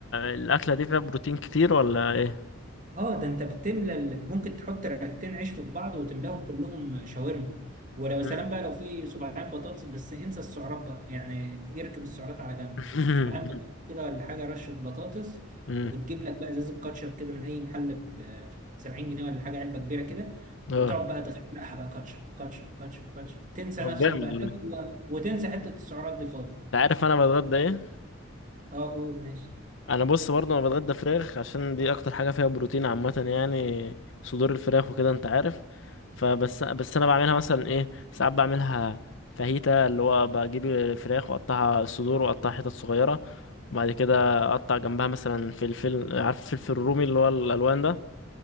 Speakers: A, on the left; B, on the right.
A: الاكله دي فيها بروتين كتير ولا ايه
B: اه ده انت بتملى ال- ممكن تحط رغيفين عيش في بعض وتملاهم كلهم شاورما ولو
A: امم
B: سلام بقى لو في صباعين بطاطس بس انسى السعرات بقى يعني اركن السعرات على جنب
A: <laughs>
B: صباعين بطاطس كده ولا حاجه رشه بطاطس
A: امم
B: وتجيب لك بقى ازازه كاتشب كده من اي محل ب 70 جنيه ولا حاجه علبه كبيره كده
A: اه
B: وتقعد بقى تغرقها بقى كاتشب كاتشب كاتشب كاتشب تنسى
A: طب
B: نفسك
A: جامد
B: بقى
A: والله
B: تاكل بقى وتنسى حته السعرات دي خالص
A: انت عارف انا بتغدى ايه
B: اه قول ماشي
A: انا بص برضه انا بتغدى فراخ عشان دي اكتر حاجه فيها بروتين عامه يعني صدور الفراخ وكده انت عارف فبس بس انا بعملها مثلا ايه ساعات بعملها فاهيتا اللي هو بجيب الفراخ واقطعها الصدور واقطعها حتت صغيره وبعد كده اقطع جنبها مثلا فلفل عارف الفلفل الرومي اللي هو الالوان ده